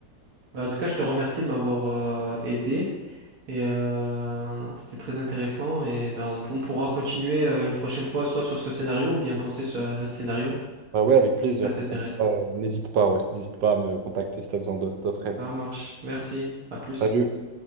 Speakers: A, on the right (about 60°); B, on the right (about 85°).
A: Bah, en tout cas, je te remercie de m'avoir euh, aidé et euh, c'était très intéressant et ben on, on pourra continuer euh, une prochaine fois soit sur ce scénario ou bien penser sur un autre scénario
B: Bah ouais, avec plaisir.
A: si ça t'intéresse.
B: Euh, n'hésite pas, ouais. N'hésite pas à me contacter si t'as besoin de- d'autres aides.
A: Ça marche. Merci. À plus.
B: Salut.